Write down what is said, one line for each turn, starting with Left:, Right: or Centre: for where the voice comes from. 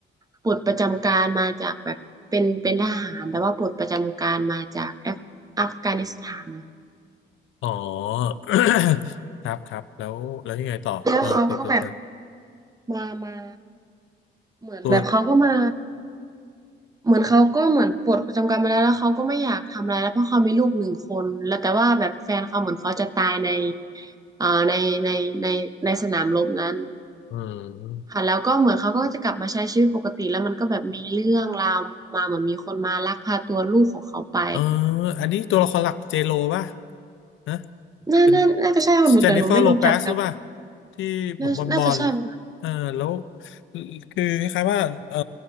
Right: ปลดประจำการมาจากแบบเป็นเป็นทหารแต่ว่าปลดประจำการมาจากแอฟอัฟกานิสถานนะคะ
Left: อ๋อ <coughs> ครับครับแล้วแล้วยังไงต่อเออเปิดเปิดกัน
Right: แล้วเขาก็แบบมามาเหมือนแบบเขาก็มา
Left: ตัว
Right: เหมือนเขาก็เหมือนปลดประจำการมาแล้วแล้วเขาก็ไม่อยากทำอะไรแล้วเพราะเขามีลูกหนึ่งคนแล้วแต่ว่าแบบแฟนเขาเหมือนเขาจะตายในอ่าในในในในสนามรบนั้น
Left: เออ
Right: ค่ะแล้วก็เหมือนเขาก็จะกลับมาใช้ชีวิตปกติแล้วมันก็แบบมีเรื่องราวมาเหมือนมีคนมาลักพาตัวลูกของเขาไป
Left: เอออันนี้ตัวละครหลักเจโลป่ะนะ
Right: น่าน่าน่าจะใช่ของหนูแต่หนูไม่รู้จักกับ
Left: เป็นเจนนิเฟอร์โลเปซหรือเปล่าที่ผมบอลบอล
Right: น่าน่าจะใช่มั้งคะ
Left: เออแล้วคือคล้ายๆว่าเออ